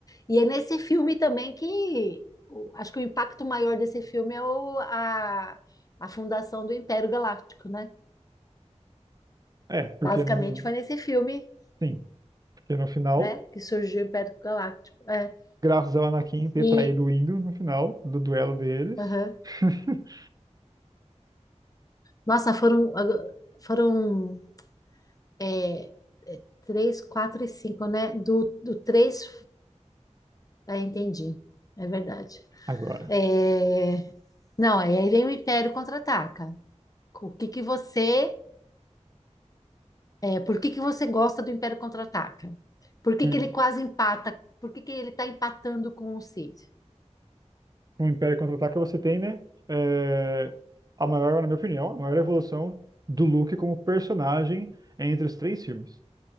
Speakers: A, on the left; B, on the right.
A: E é nesse filme também que o- acho que o impacto maior desse filme é o- a, a fundação do Império Galáctico, né?
B: é, porque
A: Basicamente
B: no,
A: foi nesse filme,
B: sim, porque no final
A: né, que surgiu o Império Galáctico. É.
B: graças ao Anakin ter
A: E
B: traído o Indo no final do duelo deles.
A: aham.
B: <laughs>
A: Nossa, foram agora- foram é, é, três, quatro e cinco, né? Do, do três. É, entendi. É verdade.
B: Agora,
A: É, Não, aí aí vem o Império Contra-Ataca. O que que você, é, por que que você gosta do Império Contra-Ataca? Por que
B: um
A: que ele quase empata? Por que que ele tá empatando com o Cid?
B: um Império Contra-Ataca você tem, né? é, a maior, na minha opinião, a maior evolução do Luke como personagem entre os três filmes.